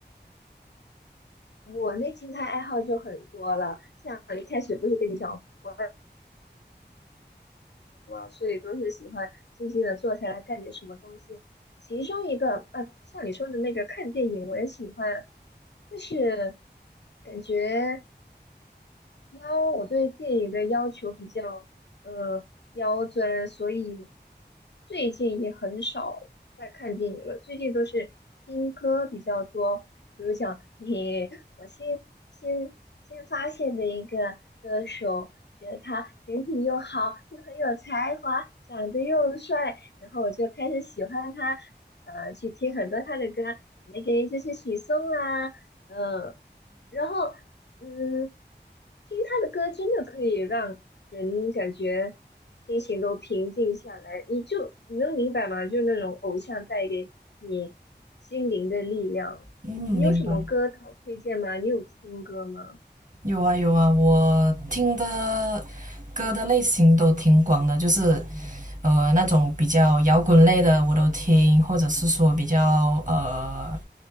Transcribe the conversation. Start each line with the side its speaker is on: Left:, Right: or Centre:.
Left: 我那静态爱好就很多了，像一开始不是跟你讲。我。所以都是喜欢静静的坐下来干点什么东西。其中一个啊，像你说的那个看电影，我也喜欢，但是感觉要我对电影的要求比较呃刁钻，所以最近也很少在看电影了。最近都是听歌比较多，比如讲嘿嘿新新发现的一个歌手，觉得他人品又好，又很有才华，长得又帅，然后我就开始喜欢他，呃，去听很多他的歌，那个就是许嵩啦，嗯、然后嗯，听他的歌真的可以让人感觉心情都平静下来，你就你能明白吗？就是那种偶像带给你心灵的力量。
Right: 嗯，
Left: 你有什么歌好推荐吗？
Right: 明白。
Left: 你有听歌吗？
Right: 有啊有啊，我听的歌的类型都挺广的，就是呃那种比较摇滚类的我都听，或者是说比较呃